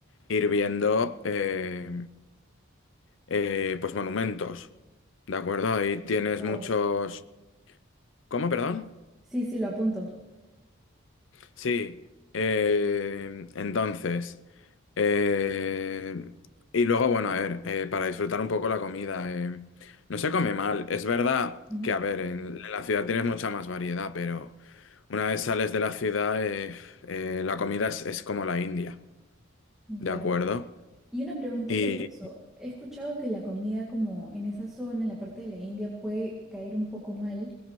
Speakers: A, on the left (about 75°); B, in the centre.
A: ir viendo eh, eh, pues monumentos, ¿de acuerdo? Ahí tienes
B: Wow.
A: muchos... ¿Cómo, perdón?
B: Sí, sí, lo apunto.
A: Sí, eh, entonces, eh, y luego, bueno, a ver, eh, para disfrutar un poco la comida, eh, no se come mal. Es verdad
B: Ujú.
A: que, a ver, en, en la ciudad tienes mucha más variedad, pero una vez sales de la ciudad, eh, eh, la comida es, es como la India,
B: Ya.
A: ¿de acuerdo?
B: Y una pregunta
A: Y,
B: sobre eso. He escuchado que la comida como en esa zona, en la parte de la India, puede caer un poco mal.